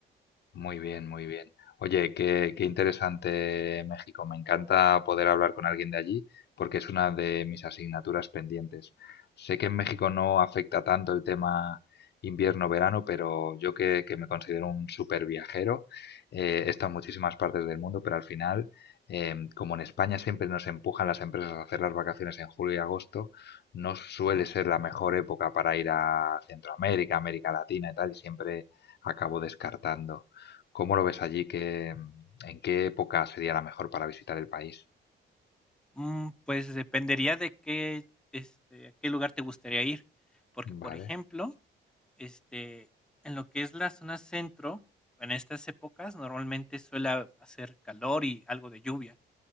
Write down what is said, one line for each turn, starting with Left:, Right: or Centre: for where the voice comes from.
Left: Muy bien, muy bien. Oye, qué, qué interesante México. Me encanta poder hablar con alguien de allí porque es una de mis asignaturas pendientes. Sé que en México no afecta tanto el tema invierno-verano, pero yo que, que me considero un súper viajero, eh, he estado en muchísimas partes del mundo, pero al final, eh, como en España siempre nos empujan las empresas a hacer las vacaciones en julio y agosto, no suele
Centre: Ujú.
Left: ser la mejor época para ir a Centroamérica, América Latina y tal, y siempre acabo descartando. ¿Cómo lo ves allí? ¿Qué, en qué época sería la mejor para visitar el país?
Centre: Mm, pues dependería de qué, este, a qué lugar te gustaría ir, porque por
Left: Vale.
Centre: ejemplo, este, en lo que es la zona centro, en estas épocas normalmente suele hacer calor y algo de lluvia,